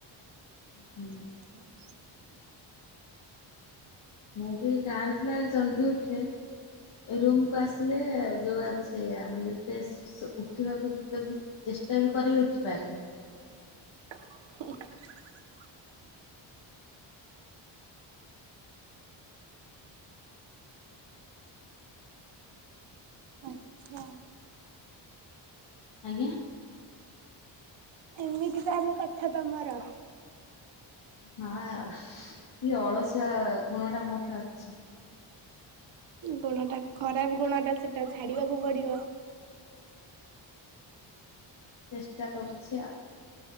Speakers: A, on the left; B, on the right.
A: ହୁଁ
B: <inaudible>
A: ମୁଁ ବି ଗାଁଆରେ ଥିଲାବେଳେ ଜଲଦି ଉଠେ ରୁମକୁ ଆସେ। ଉଠିଲେ ଯଉଆକୁ ସେଇଆ ମୁଁ ଯେତେ ଶୋ ଉଠିବାକୁ ଯଦି ଚେଷ୍ଟା ବି କରିବି ଉଠିପାରେନି।
B: <inaudible> <inaudible>
A: ଆଜ୍ଞା
B: ଏମିତି ତାହେଲେ କଥା ତମର
A: ହଁ ଆଉ ଟିକେ ଅଳସୁଆ ଗୁଣ ଟା ମୋଠି ଅଛି।
B: ଗୁଣ ଟା ଖରାପ ଗୁଣ ଟା ସେଟା ଛାଡିବାକୁ ପଡିବ
A: ଚେଷ୍ଟା କରୁଛି ଆଉ